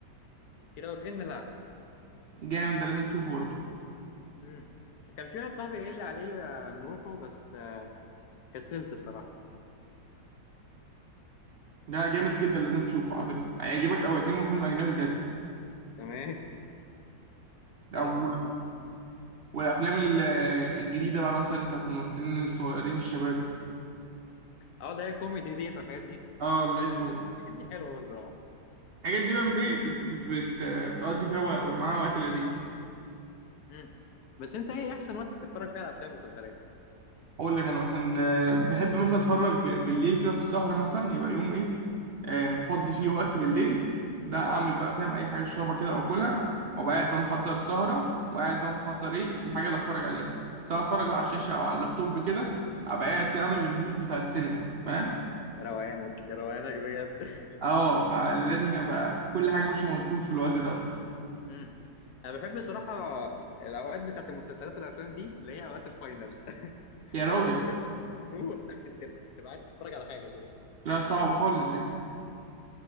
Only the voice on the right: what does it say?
جامد ده لازم تشوفه برضه
ده جامد جدا لازم تشوفه على فكرة هيعجبك أوي كأنه فيلم أجنبي بجد
أو
والأفلام ال- الجديدة بقى مثلا بتاعت الممثلين الصغيرين الشباب
اه اللايت كوميدي
الحاجات دي بقى بي- بت بت بت بتقضي فيها و- معاها وقت لذيذ
اقول لك انا مثلا آه، بحب مثلا اتفرج بالليل كده في السهره مثلا يبقى يوم ايه آه، مفضي فيه وقت بالليل ده اعمل بقى فاهم اي حاجه اشربها كده او كلها وبقعد بقى محضر سهره وقاعد بقى محضر ايه
الحاجه اللي اتفرج عليها سواء اتفرج بقى على الشاشه او على اللابتوب كده ابقى قاعد كده اعمل
المود بتاع السينما فاهم
اه فلازم يبقى كل حاجه ماشيه مظبوط في الوقت دوت
يا راجل
لا صعبه خالص دي